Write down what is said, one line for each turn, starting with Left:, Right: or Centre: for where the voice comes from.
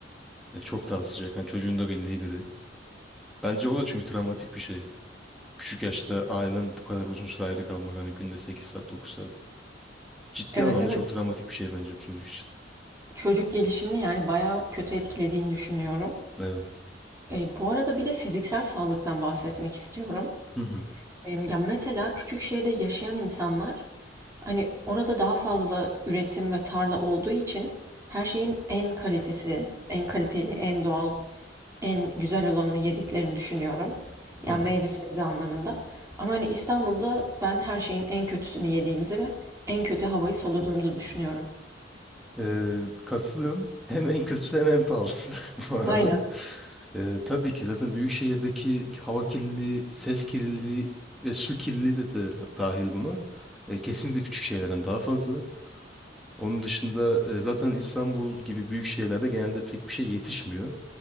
Centre: E, çok daha sıcak. Yani çocuğun da bildiği biri. Bence o da çünkü travmatik bir şey. Küçük yaşta ailen bu kadar uzun süre ayrı kalmak hani günde 8 saat 9 saat. Ciddi
Right: Evet
Centre: anlamda
Right: evet.
Centre: çok travmatik bir şey bence bu çocuk için.
Right: Çocuk gelişimini yani bayağı kötü etkilediğini düşünüyorum.
Centre: Evet.
Right: E, bu arada bir de fiziksel sağlıktan bahsetmek istiyorum.
Centre: Hı hı.
Right: E, ya mesela küçük şehirde yaşayan insanlar hani orada daha fazla üretim ve tarla olduğu için her şeyin en kalitesi, en kaliteli, en doğal En güzel olanını yediklerini düşünüyorum. Yani
Centre: Hı hı.
Right: meyve sebze anlamında. Ama hani İstanbul'da ben her şeyin en kötüsünü yediğimizi ve en kötü havayı soluduğumuzu düşünüyorum.
Centre: Ee, katılıyorum. Hem en kötüsü hem en pahalısı <laughs> bu arada.
Right: Aynen.
Centre: Ee, tabii ki zaten büyük şehirdeki hava kirliliği, ses kirliliği ve su kirliliği de, de dahil buna. Ee, kesinlikle küçük şehirlerden daha fazla. Onun dışında e, zaten İstanbul gibi büyük şehirlerde genelde pek bir şey yetişmiyor.